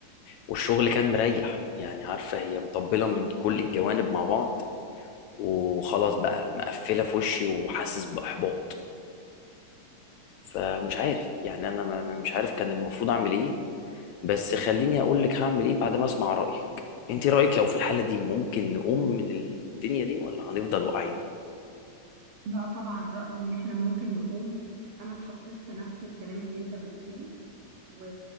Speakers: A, on the left; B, on the right.
A: والشغل كان مريح يعني عارفه هي مطبله من كل الجوانب مع بعض وخلاص بقى مقفله في وشي وحاسس باحباط فمش عارف يعني انا ما- مش عارف كان المفروض اعمل ايه بس خليني اقول لك هعمل ايه بعد ما اسمع رايك انت رايك لو في الحاله دي ممكن نقوم من الدنيا دي ولا هنفضل واقعين
B: لا طبعا رأيي ان احنا ممكن نقوم انا اتحطيت في نفس الكلام اللي انت بتقوله و...